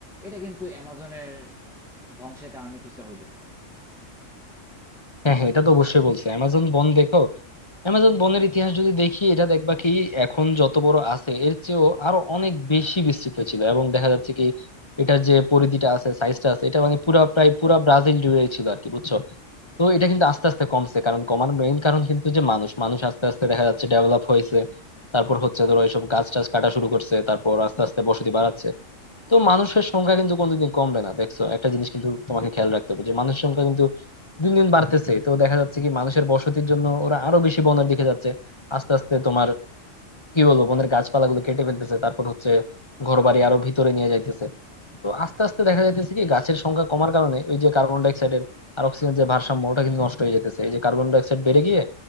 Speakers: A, in the centre; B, on the left (about 25°).
A: এটা কিন্তু অ্যামাজনের ধ্বংসের কারণে কিছুটা হইতেছে
B: হ্যাঁ হ্যাঁ এটা তো অবশ্যই বলছে অ্যামাজন বন দেখো অ্যামাজন বনের ইতিহাস যদি দেখি এটা দেখবা কি এখন যত বড় আছে এর চেয়েও আরো অনেক বেশি বিস্তৃত ছিল এবং দেখা যাচ্ছে কি এটার যে পরিধিটা আছে সাইজটা আছে এটা মানে পুরা প্রায় পুরা ব্রাজিল জুড়ে ছিল আর কি বুঝছো তো এটা কিন্তু আস্তে আস্তে কমছে কারণ কমার মেইন কারণ কিন্তু যে মানুষ মানুষ আস্তে আস্তে দেখা যাচ্ছে ডেভেলপ হয়েছে তারপর হচ্ছে ধরো এইসব গাছ টাছ কাটা শুরু করছে তারপর আস্তে আস্তে বসতি বাড়াচ্ছে তো মানুষের সংখ্যা কিন্তু কোনোদিন কমবে না দেখছো একটা জিনিস কিন্তু তোমাকে খেয়াল রাখতে হবে যে মানুষের সংখ্যা কিন্তু দিন দিন বাড়তেছে তো দেখা যাচ্ছে কি মানুষের বসতির জন্য ওরা আরো বেশি বনের দিকে যাচ্ছে আস্তে আস্তে তোমার কি বলবো বনের গাছপালাগুলো কেটে ফেলতেছে তারপর হচ্ছে ঘরবাড়ি আরো ভিতরে নিয়ে যাইতেছে তো আস্তে আস্তে দেখা যাইতেছে কি গাছের সংখ্যা কমার কারণে ওই যে কার্বন ডাইঅক্সাইডের আর অক্সিজেন যে ভারসাম্য ওটা কিন্তু নষ্ট হয়ে যাইতেছে এই যে কার্বন ডাইঅক্সাইড বেড়ে গিয়ে